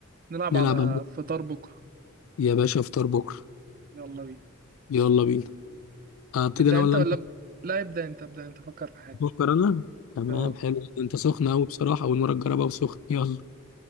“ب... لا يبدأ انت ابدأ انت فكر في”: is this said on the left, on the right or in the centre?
Right